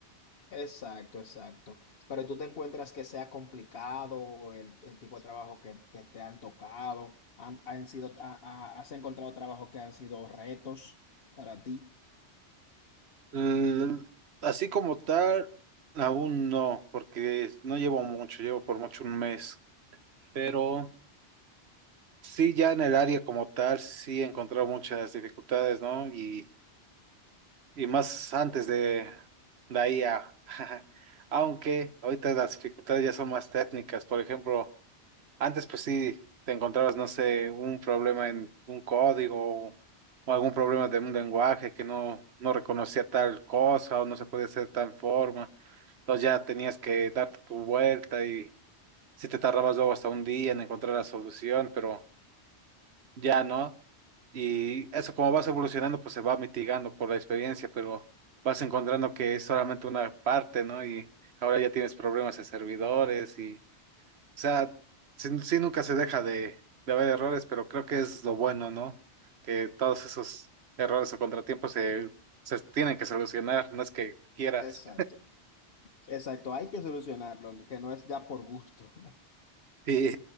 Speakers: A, on the left; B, on the right.
A: Exacto, exacto. Pero tú te encuentras que sea complicado el, el tipo de trabajo que, que te han tocado, han, han sido, ha- ha- has encontrado trabajos que han sido retos para ti.
B: L- así como tal, aún no, porque no llevo mucho, llevo por mucho un mes, pero sí ya en el área como tal, sí he encontrado muchas dificultades, ¿no? Y, y más antes de la I a <laughs> aunque ahorita las dificultades ya son más técnicas, por ejemplo. Antes, pues sí, te encontrabas, no sé, un problema en un código o o algún problema de un lenguaje que no, no reconocía tal cosa o no se podía hacer de tal forma. Entonces ya tenías que darte tu vuelta y si te tardabas luego hasta un día en encontrar la solución, pero ya no. Y eso como vas evolucionando, pues se va mitigando por la experiencia, pero vas encontrando que es solamente una parte, ¿no? Y ahora ya tienes problemas de servidores y o sea, sí, sí nunca se deja de, de haber errores, pero creo que es lo bueno, ¿no? Que todos esos errores o contratiempos se, se tienen que solucionar, no es que quieras.
A: Exacto. Exacto, hay que solucionarlo, que no es ya por gusto.
B: Y,